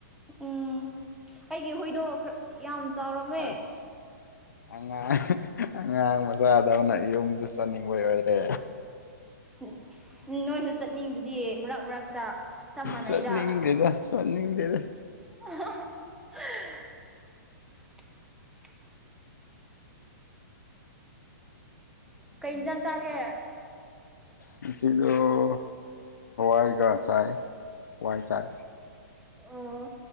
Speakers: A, in the centre; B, on the left (about 75°).
A: ꯎꯝ꯫ ꯑꯩꯒꯤ ꯍꯨꯏꯗꯣ ꯈꯔ ꯌꯥꯝ꯫ ꯆꯥꯎꯔꯝꯃꯦ
B: ꯑꯁ ꯑꯉꯥꯡ ꯑꯉꯥꯡ ꯃꯆꯥꯥꯗꯧꯅ ꯌꯨꯝꯕꯨ ꯇꯝꯅꯤꯡꯕꯩ ꯌꯥꯎꯔꯗꯤ
A: <inaudible> ꯎꯝ ꯅꯣꯏꯁꯨ ꯆꯠꯅꯤꯡꯗꯨꯗꯤ ꯃꯔꯛ ꯃꯔꯛꯇ ꯆꯞ ꯃꯥꯟꯅꯩꯗ
B: ꯆꯠꯅꯤꯡꯗꯦꯗ ꯆꯠ ꯅꯤꯡꯗꯦꯗ
A: <unintelligible> ꯀꯩ ꯏꯟꯖꯥꯡ ꯆꯥꯒꯦ
B: ꯉꯁꯤꯗꫭ ꯍꯋꯥꯏꯒ ꯆꯥꯏ ꯍꯋꯥꯏ ꯆꯥꯏ
A: ꯑꯣ